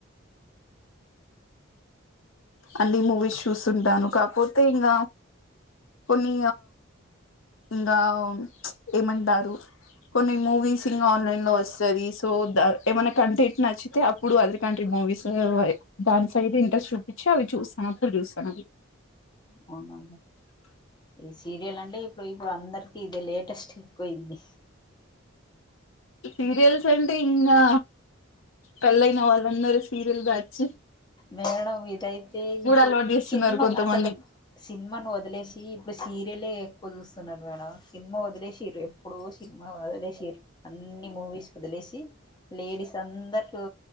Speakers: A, on the left; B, on the left.
A: అన్నీ మూవీస్ చూస్తుంటాను కాకపోతే ఇంగ. కొన్ని ఇంగ ఏమంటారు కొన్ని మూవీస్ ఇంగ ఆన్లైన్ లో వస్తది సో ద ఏమైనా కంటెంట్ నచ్చితే అప్పుడు అదర్ కంట్రీ మూవీస్ దాని సైడ్ ఇంట్రెస్ట్ చూపించి అవి చూస్తాను అప్పుడు చూస్తాను అవి.
B: అవునా ఈ సీరియల్ అండి. సో ఇప్పుడు అందరికీ ఇదే లేటెస్ట్. పోయింది.
A: సీరియల్స్ అంటే ఇంగా. పెళ్లయిన వాళ్ళందరూ. హీరోలుగా వచి
B: మేడమ్ ఇదైతే ఇప్పుడు
A: అలవాటు చేస్తున్నారు
B: సినిమా
A: కొంతమంది
B: అసలు సినిమాను వదిలేసి ఇప్పుడు సీరియలే. చూస్తున్నారు మేడమ్ సినిమా వదిలేసిరూ ఇప్పుడు సినిమా వదిలేసిరు అన్ని మూవీస్ వదిలేసి లేడీస్ అందరూ